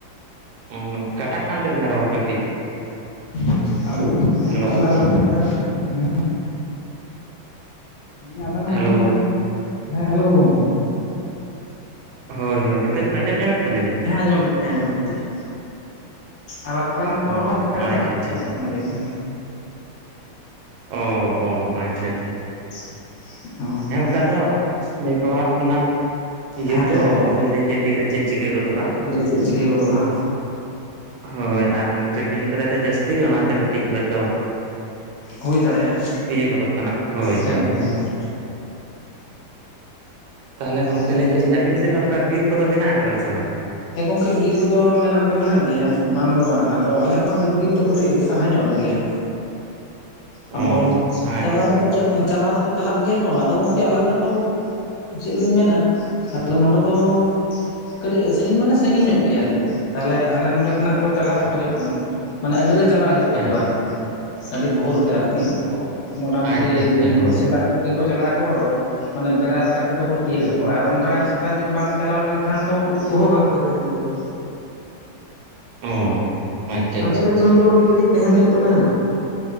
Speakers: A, on the right; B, on the left.
A: <unintelligible> ᱠᱟᱴᱟᱜ ᱠᱟᱱ ᱛᱟᱵᱤᱱᱟ ᱨᱚᱲ ᱠᱟᱹᱴᱤᱡ
B: ᱟᱛ <unintelligible>
A: ᱦᱮᱞᱳ
B: ᱢᱮᱱ ᱮᱫᱟᱞᱤᱧ ᱟᱵᱤᱱᱟᱜ
A: ᱦᱮᱞᱳ
B: ᱦᱚᱸ ᱨᱚᱲ ᱠᱟᱹᱴᱤᱡ ᱦᱮᱸ ᱦᱮᱞᱳ ᱜᱚᱝᱠᱮ
A: ᱦᱳᱭ ᱦᱳᱭ ᱱᱤᱛᱚᱜ ᱵᱤᱱ ᱟᱸᱡᱚᱢ ᱧᱟᱢᱮᱫ ᱛᱟᱹᱞᱤᱧᱟ
B: ᱟᱸᱡᱚᱢ ᱦᱮᱸ ᱟᱸᱡᱚᱢ ᱮᱫᱟᱞᱤᱧ ᱟᱵᱟᱨ ᱚᱵᱤᱱᱟᱜ
A: ᱚ
B: ᱨᱚᱲ ᱦᱚᱸ
A: ᱟᱪᱪᱷᱟ
B: ᱠᱟᱴᱟᱜ
A: ᱟᱪᱪᱷᱟ
B: <unintelligible> ᱚᱱᱟ ᱜᱮ ᱥᱮ
A: ᱚ ᱚ ᱟᱪᱪᱷᱟ ᱟᱪᱪᱷᱟ
B: ᱦ <unintelligible>
A: ᱦᱮᱸ ᱚᱱᱠᱟ ᱫᱚ ᱱᱮᱴᱣᱟᱨᱠ ᱨᱮᱱᱟᱜ ᱤᱭᱟᱹ
B: ᱦᱮᱸ
A: ᱛᱚ ᱚᱦᱚᱵᱤᱱ ᱞᱟᱹᱭ ᱠᱮᱭᱟ ᱛᱤᱨᱮ ᱪᱮᱫ ᱪᱤᱠᱟᱹ ᱜᱚᱫᱚᱜ-ᱟ
B: ᱛᱤ ᱨᱮ ᱪᱮᱫ ᱪᱤᱠᱟᱹ ᱜᱚᱫᱚᱜ-ᱟ
A: ᱦᱚᱭ ᱟᱨ ᱨᱤᱢᱤᱞ ᱟᱠᱟᱫᱟᱭ ᱛᱚ ᱡᱟᱹᱥᱛᱤ ᱜᱮ ᱚᱱᱟᱛᱮ ᱠᱟᱹᱴᱤᱡ ᱦᱚᱭᱛᱚ
B: ᱦᱩᱭ ᱫᱟᱲᱮᱭᱟᱜᱼᱟ
A: ᱤᱭᱟᱹ ᱜᱚᱫᱚᱜ ᱠᱟᱱᱟ ᱦᱳᱭ
B: ᱦᱮᱸ
A: ᱦᱳᱭ
B: ᱦᱮᱸ ᱦᱮᱸ
A: ᱛᱟᱦᱚᱞᱮ ᱜᱚᱝᱠᱮ
B: ᱚᱱᱟ
A: ᱞᱟᱹᱭ ᱫᱟᱞᱤᱧ
B: ᱫᱚ᱾
A: ᱟᱵᱤᱱ ᱥᱮᱫ ᱫᱚ ᱚᱱᱠᱟ ᱵᱤᱨ ᱠᱚᱫᱚ ᱢᱮᱱᱟᱜ ᱟᱠᱟᱫᱟ ᱥᱮ ᱵᱟᱝ
B: ᱦᱮᱸ ᱜᱚᱢᱠᱮ ᱵᱤᱨ ᱠᱚᱫᱚ ᱢᱮᱱᱟᱜ ᱫᱚ ᱢᱮᱱᱟᱜ ᱜᱮᱭᱟ ᱵᱟᱝ ᱫᱚ ᱵᱟᱝ ᱟᱫᱚ ᱟᱞᱮ ᱠᱷᱚᱱᱟᱜ ᱫᱚ ᱵᱤᱨ ᱫᱚ ᱠᱟᱹᱴᱤᱡ ᱥᱟᱦᱟ ᱧᱚᱜ ᱨᱮᱜᱮᱭᱟ
A: <inaudible>
B: ᱟᱫᱚ ᱪᱟᱞᱟᱣ
A: ᱟᱪᱪᱷᱟ ᱟᱪᱪᱷᱟ
B: ᱫᱚᱠᱚ ᱪᱟᱞᱟᱜ ᱜᱮᱭᱟ ᱠᱚ ᱟᱫᱚ ᱜᱚᱝᱠᱮ ᱟᱞᱮ ᱫᱚ ᱪᱮᱫ ᱞᱤᱧ ᱢᱮᱱᱟ ᱛᱟᱦᱚᱞᱮ ᱱᱚᱰᱮ ᱫᱚ ᱠᱟᱹᱴᱤᱡ ᱥᱟᱺᱜᱤᱧ ᱢᱟᱱᱮ ᱥᱟᱺᱜᱤᱧ ᱧᱚᱜ ᱜᱮᱭᱟᱠᱤ ᱛᱟᱦᱚᱞᱮ ᱟᱞᱮ ᱱᱚᱸᱰᱮ ᱠᱷᱚᱱᱟᱜ ᱠᱚ ᱪᱟᱞᱟᱜ
A: ᱚ
B: ᱟᱠᱚ ᱡᱚᱠᱷᱚᱱ ᱢᱟᱱᱮ ᱟᱹᱰᱤ ᱨᱮ ᱪᱟᱞᱟᱜ ᱦᱩᱭᱩᱜ
A: ᱦᱮᱸ
B: ᱛᱟᱠᱚᱣᱟ ᱟᱨᱠᱤ ᱟᱹᱰᱤ ᱵᱷᱳᱨ ᱛᱮ ᱟᱨᱠᱤ
A: ᱚ
B: ᱢᱚᱴᱟᱢᱩᱴᱤ
A: ᱟᱪᱪᱷᱟ ᱟᱪᱪᱷᱟ ᱦᱳᱭ
B: ᱥᱮᱛᱟᱜ ᱧᱚᱜ ᱜᱮᱠᱚ ᱪᱟᱞᱟᱜ ᱟᱠᱚ ᱢᱟᱱᱮ ᱵᱮᱲᱟ ᱨᱟᱠᱟᱵ ᱛᱮᱫᱚ ᱠᱚ ᱛᱤᱭᱟᱜᱟᱠᱚ ᱟᱨ ᱚᱱᱠᱟ ᱥᱮᱛᱟᱜ ᱧᱚᱜ ᱵᱟᱝ ᱪᱟᱞᱟᱣ ᱞᱮᱱᱠᱷᱟᱱ ᱫᱚ ᱩᱫ ᱠᱩᱦᱚᱸ ᱵᱟᱝᱠᱚ ᱧᱟᱢ ᱜᱮᱭᱟ ᱠᱚ
A: ᱚ ᱟᱪᱪᱷᱟ
B: ᱟᱫᱚ
A: ᱟᱪᱪᱷᱟ
B: ᱮᱱᱮᱠᱷᱟᱱ
A: ᱟᱪᱪᱷᱟ
B: ᱫᱚ ᱟᱹᱰᱤ ᱜᱷᱟᱹᱲᱤᱡ ᱛᱟᱸᱦᱮᱱ ᱦᱩᱭᱩᱜ ᱛᱟᱵᱤᱱᱟ